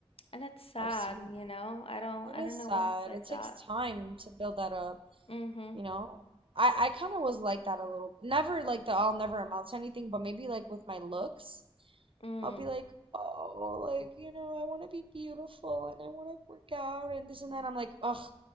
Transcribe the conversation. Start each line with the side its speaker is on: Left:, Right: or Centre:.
Left: And it's sad,
Right: I've seen
Left: you
Right: it.
Left: know? I don't,
Right: It
Left: I
Right: is
Left: don't know
Right: sad.
Left: why it's like
Right: It takes
Left: that.
Right: time to build that up,
Left: Mm-hmm,
Right: you know? I I kind of was like that a little. Never like the I'll never amount to anything, but maybe like with my looks.
Left: mm.
Right: I'll be like, oh, like, you know, I want to be beautiful and I want to work out and this and that. I'm like, ugh,